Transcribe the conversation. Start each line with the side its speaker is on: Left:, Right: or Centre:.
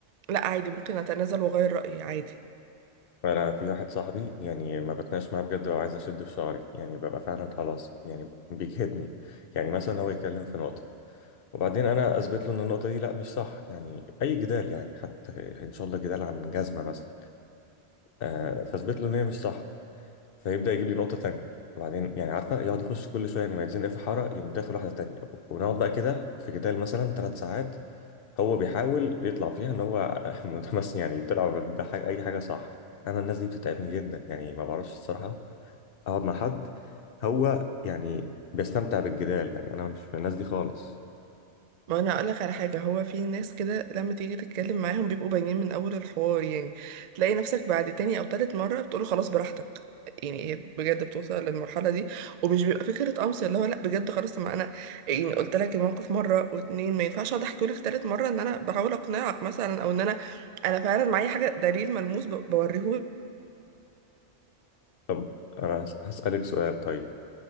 Right: لا عادي ممكن اتنازل واغير رأيي عادي
Left: فانا في واحد صاحبي يعني ما بتناقش معاه بجد لو عايز اشد في شعري يعني ببقى فعلا خلاص يعني بيجهدني يعني مثلا هو يتكلم في نقطه وبعدين انا اثبت له ان النقطه دي لا مش صح يعني اي جدال يعني حتى ان شاء الله جدال عن جزمه مثلا آه فاثبت له ان هي مش صح فيبدأ يجيب لي نقطة تانية وبعدين يعني عارفة يقعد يخش كل شوية يعني ما يتزنق في حارة يقوم داخل واحدة تانية ونقعد بقى كده في جدال مثلا ثلاث ساعات هو بيحاول يطلع فيها ان هو <laughs> متمس يعني يطلع بحاجة أي حاجة صح أنا الناس دي بتتعبني جدا يعني ما بعرفش الصراحة أقعد مع حد هو يعني بيستمتع بالجدال يعني أنا مش من الناس دي خالص
Right: ما انا اقول لك على حاجه هو في ناس كده لما تيجي تتكلم معاهم بيبقوا باينين من اول الحوار يعني تلاقي نفسك بعد تاني او تالت مره بتقوله خلاص براحتك يعني هي بجد بتوصل للمرحله دي ومش بيبقى فكره قمص اللي هو لا بجد خلاص طب ما انا يعني قلت لك الموقف مره واتنين ما ينفعش اقعد احكي لك تالت مره ان انا بحاول اقنعك مثلا او ان انا انا فعلا معايا حاجه دليل ملموس ب- بوريهولك
Left: طب أنا هس- هسألك سؤال طيب